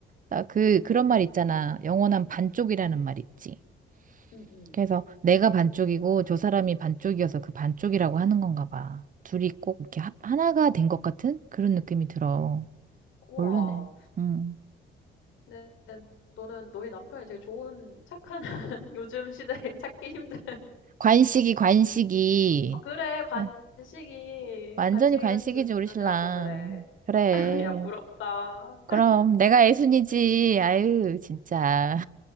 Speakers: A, on the right; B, on the left.
A: 나 그, 그런 말 있잖아. 영원한 반쪽이라는 말 있지.
B: 음, 음.
A: 그래서 내가 반쪽이고 저 사람이 반쪽이어서 그 반쪽이라고 하는 건가 봐. 둘이 꼭 이렇게 합- 하나가 된 것 같은 그런 느낌이 들어.
B: 우와.
A: 모르네. 음.
B: 근데 너는 너희 남편이 되게 좋은, 착한, <laughs> 요즘 시대에 찾기 힘든.
A: 관식이, 관식이.
B: 어, 그래, 관식이,
A: 어, 완전히
B: 관식이
A: 관식이지,
B: 같은
A: 우리
B: 남편이라서
A: 신랑.
B: 그래.
A: 그래.
B: <laughs> 야, 부럽다.
A: 그럼 내가 애순이지. 아유, 진짜.